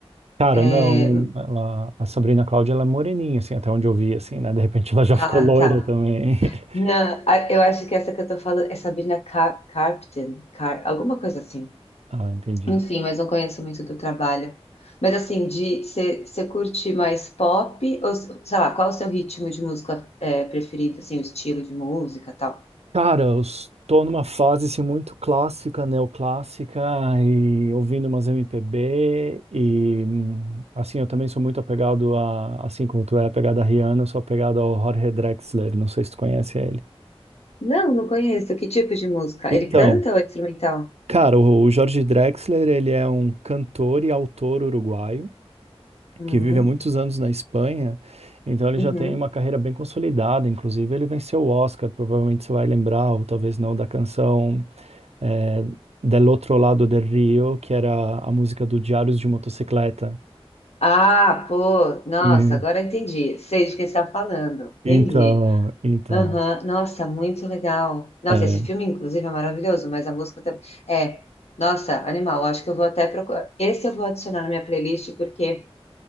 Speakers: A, on the right; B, on the left.
A: Cara,
B: É,
A: não, ela, a Sabrina Cláudia, ela é moreninha, assim, até onde eu vi, assim, né? De repente ela <laughs> já
B: Ah,
A: ficou loira
B: tá.
A: também. <laughs>
B: Não, a- eu acho que essa que eu tô falando é Sabrina Car Carpenter, Car... alguma coisa assim.
A: Ah, entendi.
B: Enfim, mas não conheço muito do trabalho. Mas assim, de você curte mais pop, ou s- sei lá, qual o seu ritmo de música é, preferido, assim, o estilo de música e tal?
A: Cara, eu estou numa fase, assim, muito clássica, neoclássica, e ouvindo umas MPB, e, hum, assim, eu também sou muito apegado a, assim como tu é apegado a Rihanna, eu sou apegado ao Jorge Drexler, não sei se tu conhece ele.
B: Não, não conheço. Que tipo de música?
A: Então,
B: Ele canta ou é instrumental?
A: cara, o o Jorge Drexler, ele é um cantor e autor uruguaio,
B: Uhum,
A: que vive há muitos anos na Espanha, então ele
B: uhum.
A: já tem uma carreira bem consolidada, inclusive ele venceu o Oscar, provavelmente você vai lembrar, ou talvez não, da canção é, Del Otro Lado del Rio, que era a música do Diários de Motocicleta.
B: Ah, pô, nossa,
A: E-
B: agora entendi. Sei de quem você está falando.
A: Então,
B: Entendi.
A: então,
B: Aham, Nossa, muito legal. Nossa,
A: é,
B: esse filme, inclusive, é maravilhoso, mas a música também. É, nossa, animal. Acho que eu vou até procurar. Esse eu vou adicionar na minha playlist, porque.